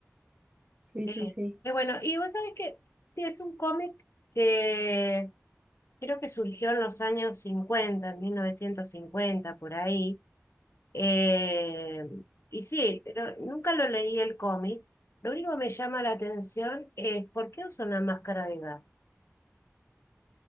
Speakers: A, on the right; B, on the left.
A: sí,
B: Qué
A: sí, sí.
B: qué bueno. Y vos sabés que sí, es un cómic que creo que surgió en los años 50, en 1950 por ahí. Eh, y sí, pero nunca lo leí el cómic. Lo único que me llama la atención es ¿por qué usa una máscara de gas?